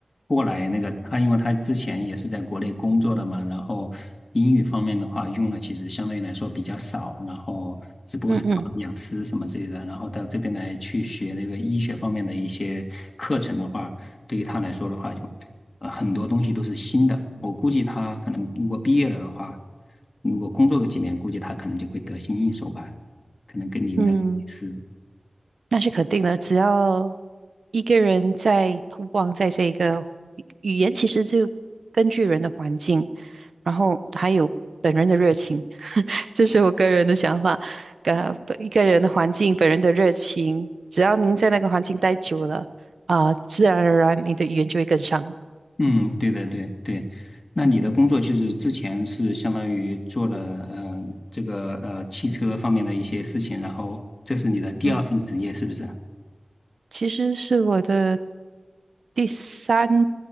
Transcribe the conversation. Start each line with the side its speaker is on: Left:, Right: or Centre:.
Left: 过来那个，他因为他之前也是在国内工作的嘛，然后英语方面的话用的其实相对来说比较少，然后只不过是考了雅思什么之类的，
Right: 嗯嗯
Left: 然后到这边来去学那个医学方面的一些课程的话，对于他来说的话，就呃很多东西都是新的，我估计他可能如果毕业了的话，如果工作个几年，估计他可能就会得心应手吧。可能跟你那类似，
Right: 嗯。那是肯定的，只要一个人在通光在这个语言，其实就根据人的环境，然后还有本人的热情，<laughs> 这是我个人的想法。呃，本一个人的环境，本人的热情，只要您在那个环境待久了，啊、自然而然你的语言就会跟上。
Left: 嗯，对的，对对。那你的工作就是之前是相当于做了呃这个呃汽车方面的一些事情，然后这是你的第二份职业，
Right: 嗯，
Left: 是不是？
Right: 其实是我的第三、